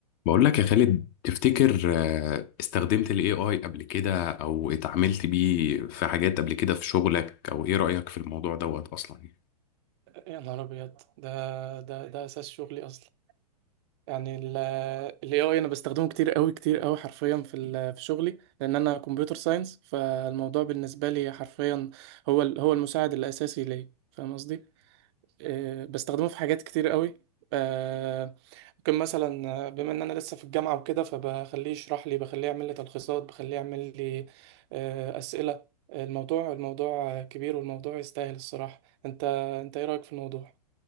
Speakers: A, on the left; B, on the right.
A: بقول لك يا خالد تفتكر آه، استخدمت ال AI قبل كده او اتعاملت بيه في حاجات قبل كده في شغلك او ايه رأيك في الموضوع دوت اصلا
B: يا نهار ابيض ده ده ده اساس شغلي اصلا يعني الاي اي انا بستخدمه كتير قوي كتير قوي حرفيا في ال- في شغلي لان انا كمبيوتر ساينس فالموضوع بالنسبه لي حرفيا هو ال- هو المساعد الاساسي ليا فاهم قصدي آه، بستخدمه في حاجات كتير قوي آه، ممكن مثلا آه، بما ان انا لسه في الجامعه وكده فبخليه يشرح لي بخليه يعمل لي تلخيصات بخليه يعمل لي آه، اسئله الموضوع الموضوع كبير والموضوع يستاهل الصراحه انت انت ايه رايك في الموضوع